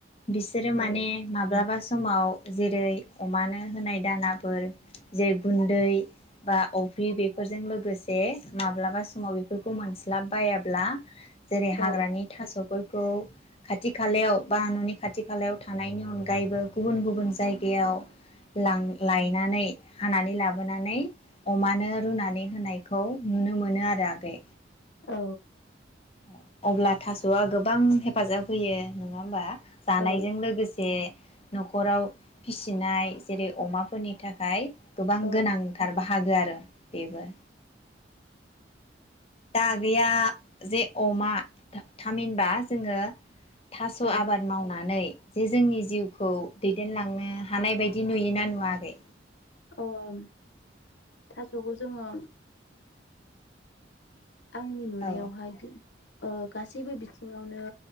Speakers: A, on the left (about 30°); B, on the left (about 75°).
A: बिसोरो माने
B: औ
A: माब्लाबा समाव जेरै अमानो होनाय दानाफोर जे गुन्दै बा अफ्रि बे बेफोरजों लोगोसे माब्लाबा समाव बेफोरखौ मोनस्लाब बायाब्ला जेरै
B: औ
A: हाग्रानि थास' फोरखौ खाथि खालायाव बा न'नि खाथि खालायाव थानायनि अनगायैबो गुबुन गुबुन जायगायाव लां लायनानै हानानै लाबोनानै अमानो रुना नै होनायखौ नुनो मोनो आरो आगै।
B: औ।
A: औ। अब्ला थास'आ गो बां हेफाजाब होयो नङा होमबा? जानायजों
B: औ
A: लोगोसे न'खराव फिसिनाय जेरै अमाफोरनि थाखाय गोबां
B: औ
A: गोनांथार बाहागो आरो बेबो। दा गैया जे अमा थामहिनबा जोङो थास'
B: औ
A: आबाद मावनानै जे जोंनि जिउखौ दैदेनलांनो हानाय बायदि नुयोना नुवा आगै?
B: अ' थास'खौ जोङो आंनि नुनायावहाय
A: औ
B: गो ओ गासैबो बिथिङावनो